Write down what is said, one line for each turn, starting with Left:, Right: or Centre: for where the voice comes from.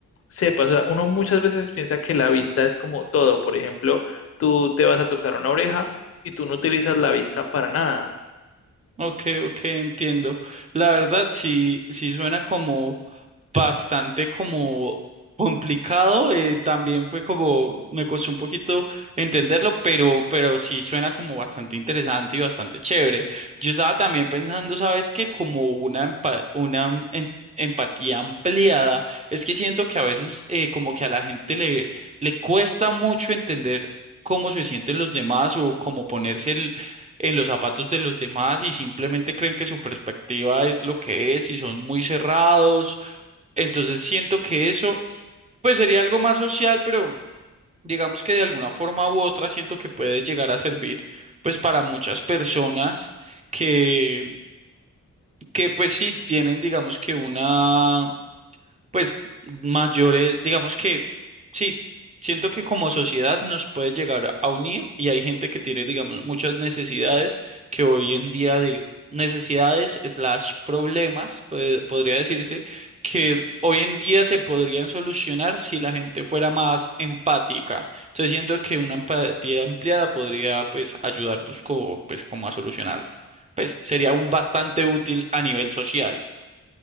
Left: sepa, o sea, uno muchas veces piensa que la vista es como todo. Por ejemplo, tú te vas a tocar una oreja y tú no utilizas la vista para nada.
Right: Ok, ok, entiendo. La verdad sí, sí suena como bastante como complicado. eh, también fue como, me costó un poquito entenderlo, pero, pero sí suena como bastante interesante y bastante chévere. Yo estaba también pensando, ¿sabes qué? Como una, empa- una em- empatía ampliada. Es que siento que a veces eh, como que a la gente le, le cuesta mucho entender cómo se sienten los demás o cómo ponerse en los zapatos de los demás y simplemente creen que su perspectiva es lo que es y son muy cerrados. Entonces siento que eso, pues sería algo más social, pero digamos que de alguna forma u otra siento que puede llegar a servir pues para muchas personas que, que pues sí tienen digamos que una pues mayores, digamos que sí, siento que como sociedad nos puede llegar a unir y hay gente que tiene, digamos, muchas necesidades que hoy en día, de necesidades slash problemas, pues, podría decirse, que hoy en día se podrían solucionar si la gente fuera más empática. Entonces siento que una empatía ampliada podría, pues, ayudarnos como, pues, como a solucionar, pues, sería un bastante útil a nivel social.